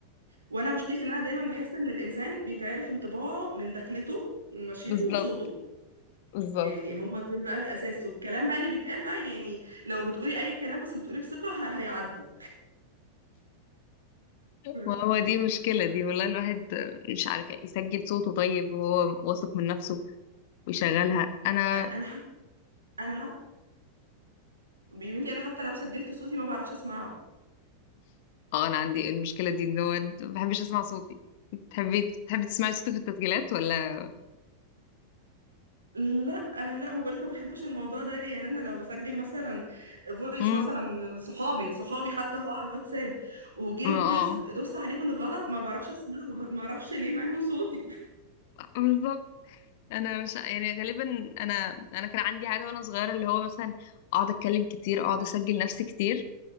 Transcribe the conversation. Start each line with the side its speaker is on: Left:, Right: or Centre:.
Right: وانا مشكلتي ان انا دايما بحس ان الانسان بيتعرف انطباعه من دخلته من مشيته
Left: بالظبط
Right: وصوته
Left: بالظبط
Right: يعني هم دول بقى الأساس والكلام بقى اللي بيتقال بقى يعني لو بتقولي أي كلام بس بتقوليه بثقة ه- هيعدي ف-
Left: وهو دي مشكلة
Right: ف-
Left: دي والله الواحد مش عارف يسجل صوته طيب وهو واثق من نفسه ويشغلها انا
Right: أنا حتى أنا حتى بنتي أنا حتى لو سجلت صوتي ما بعرفش أسمعه
Left: اه انا عندي المشكله دي ان هو ما بحبش اسمع صوتي تحبي تحبي تسمعي صوتك في التسجيلات ولا
Right: لا لا ما بقولك ما بحبش الموضوع ده يعني انا لو بسجل مثلا فويس
Left: امم
Right: مثلا لصحابي صحابي حتى هو على الواتساب وجه
Left: اه
Right: الفويس دوست عليه بالغلط ما بعرفش اسمعه ما اعرفش ليه مع انه صوتي
Left: بالظبط انا مش يعني غالبا انا انا كان عندي عاده وانا صغيره اللي هو مثلا اقعد اتكلم كتير اقعد اسجل نفسي كتير